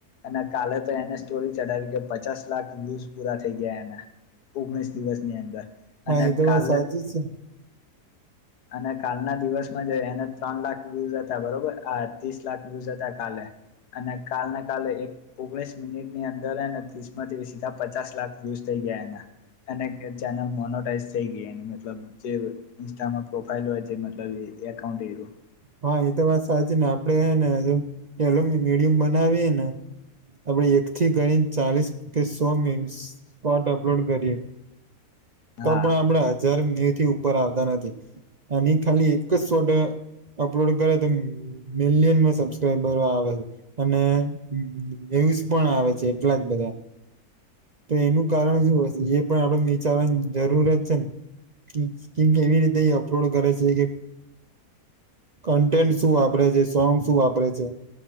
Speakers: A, on the left (about 80°); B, on the right (about 60°).
A: અને કાલે તો એને સ્ટોરી ચડાવી, કે પચાસ લાખ વયૂઝ પૂરા થઈ ગયા એના ઓગણીસ દિવસ ની અંદર
B: હા
A: અને
B: એ તો
A: કાલે
B: વાત સાચી છે
A: અને કાલના દિવસમાં જો એને ત્રણ લાખ વ્યુઝ હતા બરોબર. આ ત્રીસ લાખ વ્યુઝ હતા કાલે અને કાલને કાલે એક ઓગણીસ મિનિટ ની અંદર ત્રીસ થી સીધા પચાસ લાખ વયુઝ થઈ ગયા એના અને કે ચેનલ મોનોટાઈઝ થઈ ગેય એની. મતલબ જે ઇન્સ્ટામાં પ્રોફાઈલ હોય છે મતલબ ઈ એ એકાઉન્ટ એરું
B: હા એ તો વાત સાચી ને. આપણેે હેને હજુ મીડિયમ બનાવીયએ ને આપણે એકથી કરીને ચાલીસ કે સો શોર્ટ અપલોડ કરીએ તો
A: હા
B: પણ આપણા હજાર મી થી ઉપર આવતા નથી. એની ખાલી એક જ શોટ અપલોડ કરે તો મિલિયનમાં સબસ્ક્રાઈબરો આવે છે. અને નવ્યૂઇસ પણ આવે છે એટલા જ બધા તો એનું કારણ શું જે પણ આપડે નીચારવાની જરૂરત છે કી કી એવી રીતે અપલોડ કરે છે કે કન્ટેન્ટ શું વાપરે છે. સોંગ શું વાપરે છે.